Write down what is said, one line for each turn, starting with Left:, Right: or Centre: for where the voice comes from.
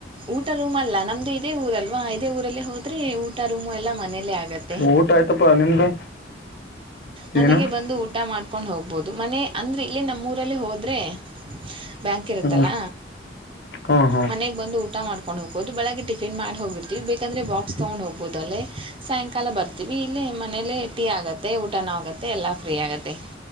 Right: ಊಟ ರೂಮ್ ಅಲ್ಲ ನಮ್ದು ಇದೇ ಊರಲ್ವಾ ಇದೇ ಊರಲ್ಲ ಹೋದ್ರೆ ಊಟ ರೂಮು ಎಲ್ಲ ಮನೇಲ್ಲೇ ಆಗದು.
Left: ಊಟ ಆಯ್ತಪ್ಪ ನಿಮ್ದು.
Right: ಮನೆಗೆ
Left: ಏನು
Right: ಬಂದು ಊಟ. ಊಟ ಮಾಡ್ಕೊಂಡ್ ಹೋಗ್ಬೋದು ಮನೆ ಅಂದ್ರೆ ಇಲ್ಲೇ ನಮ್ಮೂರಲ್ಲಿ ಹೋದ್ರೆ. ಬ್ಯಾಂಕ್ ಇರುತ್ತಲ್ಲ
Left: ಹ್ಮ್ ಹಾಂ ಹಾಂ
Right: ಮನೆಗೆ ಬಂದು ಊಟ. ಊಟ ಮಾಡ್ಕೊಂಡ್ ಹೋಗಬಹುದು ಬೆಳಗ್ ಟಿಪೀನ್ ಮಾಡಿ ಹೋಗಿರತಿವಿ ಬೇಕಂದೆ ಬಾಕ್ಸ್ ತೊಗೊಂಡಹೊ ಗಬಹುದ ಅಲ್ಲೆ. ಸಾಯಂಕಾಲ ಬರ್ತೀವಿ ಇಲ್ಲಿ ಮನೇಲಿ ಟೀ ಆಗುತ್ತೆ ಊಟನೂ ಆಗುತ್ತೆ ಎಲ್ಲ ಫ್ರೀ ಆಗುತ್ತೆ.